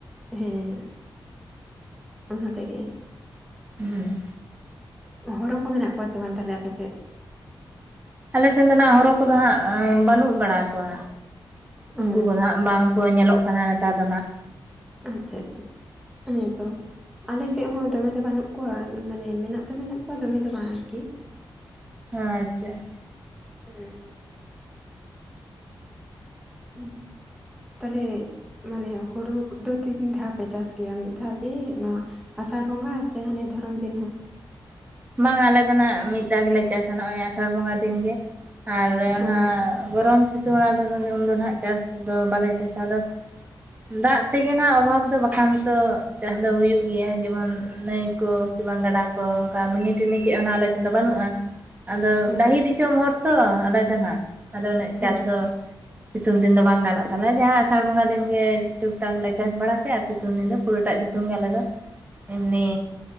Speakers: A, in the centre; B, on the right.
A: ᱦᱮᱸ ᱚᱱᱟ ᱛᱮᱜᱮ
B: ᱦᱩᱸ᱾
A: ᱦᱚᱨᱚ ᱠᱚ ᱢᱮᱱᱟᱜ ᱠᱚᱣᱟ ᱥᱮ ᱵᱟᱝ ᱛᱟᱦᱚᱞᱮ ᱟᱯᱮ ᱥᱮᱫ?
B: ᱟᱞᱮ ᱥᱮᱱ ᱱᱟᱜ ᱦᱚᱨᱚ ᱠᱚᱫᱚ ᱦᱟᱸᱜ ᱵᱟᱹᱱᱩᱜ ᱵᱟᱲᱟ ᱠᱚᱣᱟ᱾
A: ᱚ
B: ᱩᱝᱠᱩ ᱠᱚᱫᱚ ᱦᱟᱸᱜ ᱵᱟᱝᱠᱚ ᱧᱮᱞᱚᱜ ᱠᱟᱱᱟ ᱱᱮᱛᱟᱨ ᱫᱚ ᱱᱟᱸᱜ᱾
A: ᱟᱪᱪᱷᱟ ᱪᱷᱟ ᱪᱷᱟ ᱦᱮᱸᱛᱚ᱾ ᱟᱞᱮ ᱥᱮᱫ ᱦᱚᱸ ᱫᱚᱢᱮ ᱫᱚ ᱵᱟᱹᱱᱩᱜ ᱠᱚᱣᱟ ᱢᱟᱱᱮ ᱢᱮᱱᱟᱜ ᱫᱚ ᱢᱮᱱᱟᱜ ᱠᱚᱣᱟ ᱫᱚᱢᱮ ᱫᱚ ᱵᱟᱝ ᱟᱨᱠᱤ᱾
B: ᱟᱪᱪᱷᱟ ᱪᱷᱟ᱾
A: ᱦᱩᱸ᱾ ᱦᱩᱸ ᱛᱟᱞᱦᱮ ᱢᱟᱱᱮ ᱦᱩᱲᱩ ᱫᱚ ᱛᱤᱱ ᱫᱷᱟᱣ ᱯᱮ ᱪᱟᱥ ᱜᱮᱭᱟ ᱢᱤᱫ ᱫᱷᱟᱣᱜᱮ ᱱᱚᱣᱟ ᱟᱥᱟᱲ ᱵᱚᱸᱜᱟ ᱥᱮ ᱦᱟᱸᱱᱮ ᱫᱷᱚᱨᱚᱱ ᱫᱤᱱ ᱦᱚᱸ?
B: ᱵᱟᱝᱟ ᱟᱞᱮ ᱫᱚ ᱱᱟᱸᱜ ᱢᱤᱫ ᱫᱷᱟᱣ ᱜᱮᱞᱮ ᱪᱟᱥᱟ ᱱᱚᱜᱼᱚᱭ ᱟᱥᱟᱲ ᱵᱚᱸᱜᱟ ᱫᱤᱱᱜᱮ, ᱟᱨ ᱚᱱᱟ
A: ᱚ
B: ᱜᱚᱨᱚᱢ ᱥᱤᱛᱩᱝ ᱟᱨ ᱫᱷᱨᱚᱱ ᱫᱤᱱ ᱩᱱᱫᱚ ᱱᱟᱦᱟᱸᱜ ᱪᱟᱥ ᱫᱚ ᱵᱟᱞᱮ ᱪᱟᱥᱟ, ᱟᱫᱚ ᱫᱟᱜ ᱛᱮᱜᱮ ᱱᱟᱸᱜ ᱚᱵᱷᱟᱵ ᱫᱚ ᱵᱟᱠᱷᱟᱱ ᱛᱚ ᱪᱟᱥ ᱫᱚ ᱦᱩᱭᱩᱜ ᱜᱮᱭᱟ, ᱡᱮᱢᱚᱱ ᱱᱟᱹᱭ ᱠᱚ ᱠᱤ ᱵᱟᱝ ᱜᱟᱰᱟ ᱠᱚ ᱠᱟ ᱢᱤᱱᱤ ᱴᱤᱱᱤ ᱪᱮᱫ ᱦᱚᱸ ᱟᱞᱮ ᱥᱮᱫ ᱫᱚ ᱵᱟᱹᱱᱩᱜᱼᱟ, ᱟᱫᱚ
A: ᱚ
B: ᱰᱟᱦᱤ ᱫᱤᱥᱚᱢ ᱦᱚᱲ ᱛᱚ ᱟᱞᱮ ᱫᱚ ᱱᱟᱦᱟᱸᱜ᱾ ᱟᱫᱚ ᱩᱱᱟᱹᱜ
A: ᱦᱮᱸ
B: ᱪᱟᱥ ᱫᱚ ᱥᱤᱛᱩᱝ ᱫᱤᱱ ᱫᱚ ᱵᱟᱝ ᱜᱟᱱᱚᱜ ᱛᱟᱞᱮᱭᱟ ᱡᱟᱦᱟᱸ ᱟᱥᱟᱲ ᱵᱚᱸᱜᱟ ᱫᱤᱱᱜᱮ ᱴᱩᱠᱼᱴᱟᱠ ᱞᱮ ᱪᱟᱥ ᱵᱟᱲᱟ ᱠᱮᱜᱼᱟ, ᱥᱤᱛᱩᱝ ᱫᱤᱱ ᱫᱚ ᱯᱩᱨᱟᱹᱴᱟᱜ ᱥᱤᱛᱩᱝ ᱜᱮ ᱟᱞᱮ ᱫᱚ ᱮᱢᱱᱤ